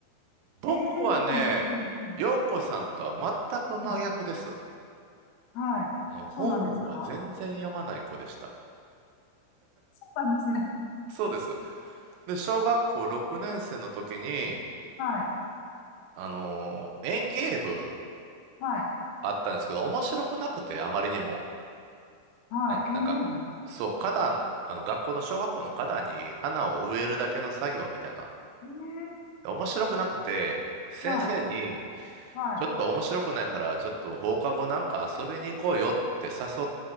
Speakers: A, on the right; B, on the left.
A: 僕はね、
B: えー、でもいいな。
A: 陽子さんとは全く真逆です。
B: はい。はい。
A: の本は全然読まない子でした。
B: そうなんですかそうなんですね。
A: そうです。で、小学校6年生の時に、
B: <laughs> はい。
A: あのー園芸部
B: はい。
A: あったんですけど、面白くなくて、あまりにも。
B: はい。
A: な、
B: エンゲージ
A: なんか、そう、花壇、あの、学校の小学校の花壇に花を植えるだけの作業みたいな。
B: ええ
A: 面白くなくて、先生に、
B: はい。はい。
A: ちょっと面白くないから、ちょっと放課後なんか遊びに行こうよって誘っ